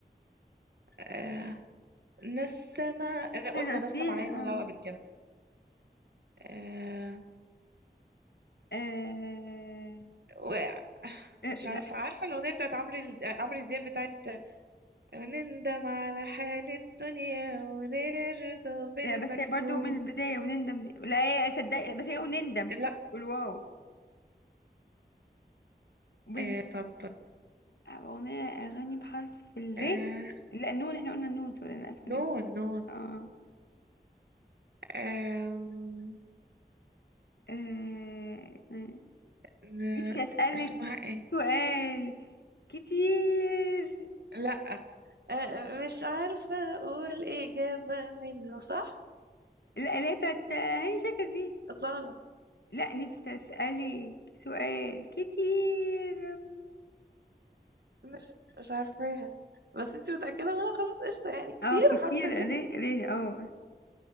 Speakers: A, on the right; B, on the left.
A: آه نسمة لا قلنا
B: حلوة
A: نسم علينا
B: اه
A: الهوا قبل كده آه
B: آه،
A: وقع مش
B: لا
A: عارفة عارفة الأغنية بتاعت عمرو ال- عمرو دياب بتاعت نندم على حال الدنيا ونرضى بالمكتوب
B: لا بس هي برضه من البداية ونندم دي لا هي صدقي بس هي ونندم
A: لا
B: والواو بال...
A: آه طب
B: أغنية أغاني بحرف الري
A: آه
B: لا نون احنا قلنا النون سوري أنا آسفة
A: نون
B: جدا
A: نون
B: اه
A: آم،
B: آه، اسمها-
A: ن...
B: نفسي أسألك
A: اسمها ايه
B: سؤال كتير
A: لا آه آه، مش عارفة اقول اجابة منه صح
B: لا لا بتاعت هاني شاكر دي
A: أصالة
B: لا نفسي أسألك سؤال كتير
A: مش مش عارفاها بس انت متأكدة منها خلاص قشطة يعني
B: اه
A: كتير
B: كتير
A: حرف الر
B: ري ري اه